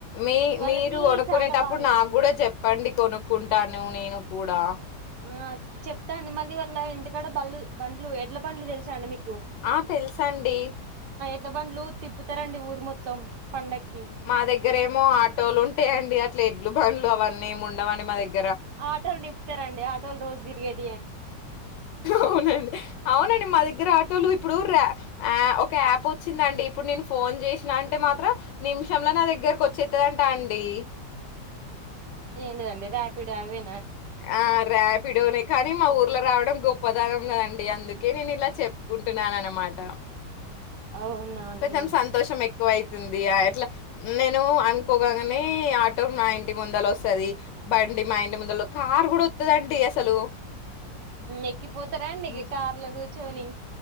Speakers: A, on the left; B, on the right.
A: మీ
B: వాళ్ళకి
A: మీరు కొనుక్కునేటప్పుడు
B: చాలా బాగా
A: నాకు
B: జరుగుతుంది
A: కూడా చెప్పండి కొనుక్కుంటాను నేను కూడా
B: ఆ చెప్తా అండి మళ్ళీ వాళ్ళ ఇంటికాడ బళ్లు బండ్లు ఎట్ల బండ్లు తెలుసా అండి మీకు
A: ఆ తెలుసాండి
B: ఎడ్లబండ్లు తిప్పుతారండి ఊరు మొత్తం పండక్కి
A: మా దగ్గర ఏమో ఆటోలు ఉంటాయండి అట్ల ఎడ్లు బండ్లు అవన్నీ ఉండవని మా దగ్గర
B: ఆటోలు నిపుతారండి ఆటోలు రోజు తిరిగేటివే
A: అవునండి అవునండి మా దగ్గర దగ్గర ఆటోలు ఇప్పుడు ఒక యాప్ వచ్చిందండి ఇప్పుడు నేను ఫోన్ చేసిన అంటే మాత్రం నిమిషంలో నా దగ్గరకు వచ్చేత్తందంటా అండి
B: ఏంటిదండి ర్యాపిడ్ అవి
A: ఆ ర్యాపిడోనే కానీ మా ఊర్లో రావడం గొప్పదనం కదండి అండి అందుకే నేను ఇలా చెప్పుకుంటున్నాను అనమాట
B: అవునా అండి
A: కొంచెం సంతోషం ఎక్కువ అవుతుంది ఆ ఇట్లా నేను అనుకోగాగానే ఆటో మా ఇంటి ముందల వస్తుంది బండి మా ఇంటి ముందల వస్తది కారు కూడా వస్తుదండి అసలు
B: ఎక్కిపోతారా అండి
A: హ్మ్.
B: కార్లో కూర్చొని